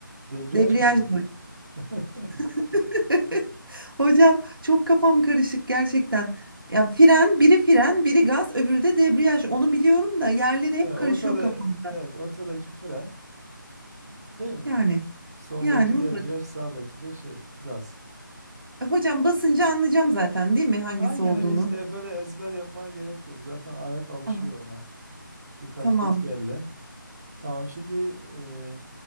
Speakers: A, on the right; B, on the right.
A: Debriyaj
B: Debriyajdı.
A: mıydı? <laughs>
B: <laughs> Hocam çok kafam karışık gerçekten. Ya fren, biri fren, biri gaz, öbürü de debriyaj. Onu biliyorum da yerleri
A: E,
B: hep
A: ortada
B: karışıyor kafamda.
A: evet ortadaki fren değil mi?
B: Yani,
A: Soldaki
B: yani mutlak.
A: debriyaj, sağdaki de şey gaz.
B: E, Hocam basınca anlayacağım zaten değil mi hangisi
A: Aynen
B: olduğunu?
A: öyle hiç de böyle ezber yapmaya gerek yok. Zaten ayak alışıyor
B: Ah,
A: ona. Birkaç
B: tamam.
A: git gelle. Tamam şimdi e,